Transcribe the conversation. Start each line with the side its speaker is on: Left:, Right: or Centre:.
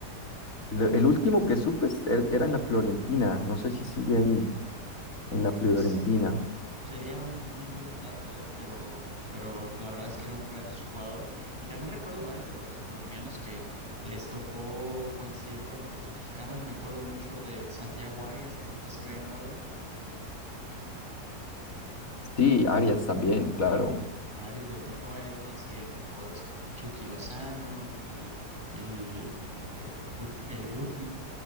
Left: Lo- el último que supe es- er- era en la Florentina, no sé si sigue ahí, en la Florentina.
Right: Pues sería un, un muy buen dato, ¿eh? Pero, pero la verdad es que era un grandioso jugador. Y también recuerdo varios jugadores colombianos que les tocó coincidir con otros mexicanos. Me acuerdo mucho de Santiago Arias en el PSV Eindhoven.
Left: Sí, Arias también, claro.
Right: A Aries le tocó a él coincidir con jugadores como el Chucky Lozano, como el, el, eh, Gut- el Guti,